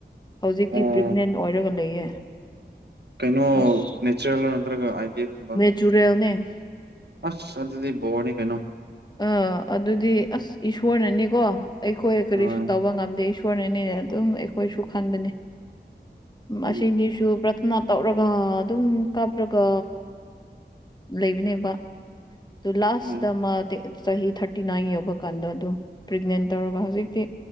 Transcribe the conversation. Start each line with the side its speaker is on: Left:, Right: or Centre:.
Left: ꯍꯧꯖꯤꯛꯇꯤ
Right: ꯑꯣ
Left: ꯄ꯭ꯔꯦꯒꯅꯦꯟ ꯑꯣꯏꯔꯒ ꯂꯩꯌꯦ
Right: ꯀꯩꯅꯣ
Left: ꯑꯁ
Right: ꯅꯦꯆꯔꯦꯜ ꯅꯠꯇ꯭ꯔꯒ ꯑꯥꯏꯗꯤ ꯑꯦ ꯀꯨꯝꯕ
Left: ꯖꯨꯔꯦꯜꯅꯦ
Right: ꯑꯁ ꯑꯗꯨꯗꯤ ꯕꯣꯔꯅꯤ ꯀꯩꯅꯣ
Left: ꯑꯥ ꯑꯗꯨꯗꯤ ꯑꯁ ꯏꯁꯣꯔꯅꯅꯤꯀꯣ ꯑꯩꯈꯣꯏ ꯀꯔꯤꯁꯨ
Right: ꯍꯣꯏ
Left: ꯇꯧꯕ ꯉꯝꯗꯦ ꯁꯣꯔꯅꯅꯤꯅꯦ ꯑꯗꯨꯝ ꯑꯩꯈꯣꯏꯁꯨ ꯈꯟꯕꯅꯤ
Right: ꯎꯝ
Left: ꯑꯁꯤꯅꯤꯁꯨ ꯄ꯭ꯔꯊꯅꯥ ꯇꯧꯔꯒ ꯑꯗꯨꯝ ꯀꯥꯞꯔꯒ ꯂꯩꯕꯅꯦꯕ ꯑꯗꯨ ꯂꯥꯁ
Right: ꯎꯝ
Left: ꯇ ꯃꯥꯦ ꯆꯍꯤ ꯊꯥꯔꯇꯤ ꯅꯥꯏꯟ ꯌꯧꯕ ꯀꯥꯟꯗ ꯑꯗꯨ ꯄ꯭ꯔꯦꯒꯅꯦꯟ ꯇꯧꯔꯒ ꯍꯧꯖꯤꯛꯇꯤ